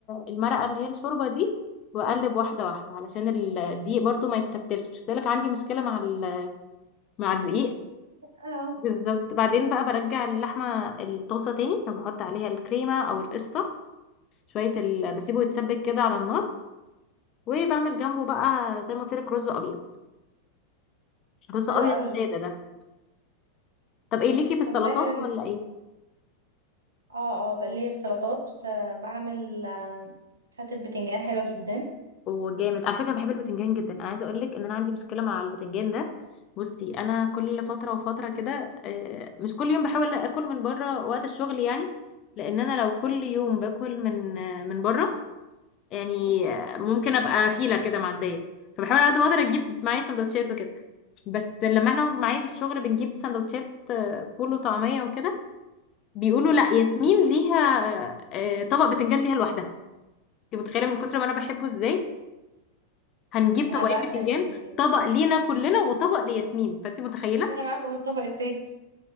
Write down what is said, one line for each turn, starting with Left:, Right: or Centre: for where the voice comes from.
Left: المرقة اللي هي الشوربة دي واقلب واحدة واحدة علشان ال- الدقيق برضو ما يتكتلش مش لك عندي مشكلة مع ال- مع الدقيق
Right: اه
Left: بالظبط بعدين بقى برجع اللحمة الطاسة تاني وبحط عليها الكريمة او القشطة شوية ال... بسيبه يتسبك كده على النار وبعمل جنبه بقى زي ما قلت لك رز ابيض رز
Right: طب حلو
Left: ابيض
Right: قوي
Left: سادة ده طب ايه ليكي في السلطات
Right: طب والله حلو
Left: ولا
Right: جدا
Left: ايه
Right: اه اه بقى ليا في سلطات س- بعمل آم، فتة بتنجان حلوة جدا
Left: وجامد على فكره أنا بحب البتنجان جدا انا عايزه اقول لك ان انا عندي مشكله مع البتنجان ده بصي انا كل فتره وفتره كده آه، مش كل يوم بحاول اكل من بره وقت الشغل يعني لان انا لو كل يوم باكل من آه، من بره يعني
Right: مم.
Left: آه، ممكن ابقى فيله كده معديه فبحاول على قد ما اقدر اجيب معايا سندوتشات وكده بس لما احنا معايا في الشغل بنجيب سندوتشات آه، فول وطعميه وكده بيقولوا لا ياسمين ليها آه، آه، طبق بتنجان ليها لوحدها انت متخيله من كتر ما انا بحبه ازاي هنجيب
Right: لا انا
Left: طبقين
Right: بعشق
Left: بتنجان
Right: البتنجان
Left: طبق لينا كلنا وطبق لياسمين فانت متخيله
Right: وانا معاكم في الطبق التاني